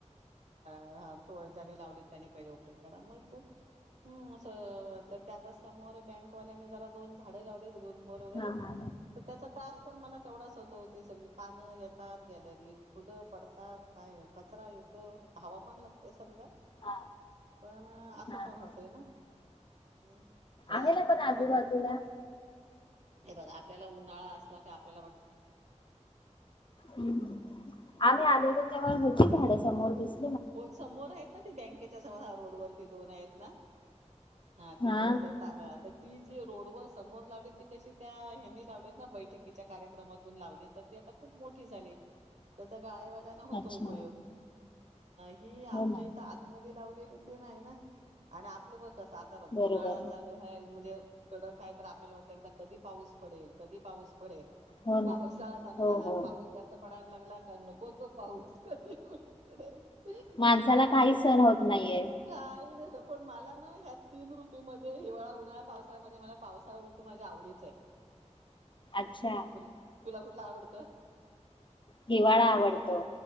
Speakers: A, on the right; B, on the left.
A: हा तो ज्याने लावली त्याने पहिला ओपन काढा मग ते असं तर त्या समोर बँकवाल्यानी जरा दोन झाडे लावले गुलमोहर वगैरे
B: हा हा
A: तर त्याचा त्रास पण म तेवढच होतो ती सगळी पानं येतात गॅलरीत फुलं पडतात काय कचरा येतो हवा पण लागते समजा
B: हा
A: पण असं
B: हा हा.
A: पण होतय ना ह ह
B: आहे ना पण
A: हे
B: आजूबाजूला
A: बघ हे बघ आपल्याला उन्हाळा असला का आपल्याला वाटत
B: ह् आम्ही आलेलो तेव्हा होती झाडे समोर दिसत
A: हो समोर आहेत ना ते बँकेच्या समोर हा रोडवररती दोन आहेत ना हा
B: हा
A: तेच मध्ये टाकता ती जी रोड व समोर लावली ती कशी त्या ह्यांनी लावलेत ना बैठकीच्या कार्यक्रमातून लावले तर आता खूप मोठी झाली आहेत तर गायवाल्याना होतो
B: अच्छा
A: उपयोग ही आमच्या
B: हो ना
A: इथं आतमध्ये लावलेली ते नाही ना आणि आपलं बघ कस आता बघ
B: बरोबर
A: उन्हाळा चालू आहे म्हणजे कडक आहे तर आपल्याला वाटतं एकदा कधी पाऊस पडेल कधी पाऊस पडेल
B: हो
A: पावसाळा
B: ना
A: चालू
B: हो
A: झाला
B: हो
A: पाऊस जास्त पडायला लागला की नको तो पाऊस कधी ते
B: माणसाला काहीच सण होत नाहीये
A: काही नाही पण मला ना ह्या तीन ऋतूमध्ये हिवाळा उन्हाळा्, पाऊसाळ्या मला पावसाळा ऋतू माझ्या आवडीच आहे
B: अच्छा
A: तुला तुला कुठल आवडतं
B: हिवाळा आवडतो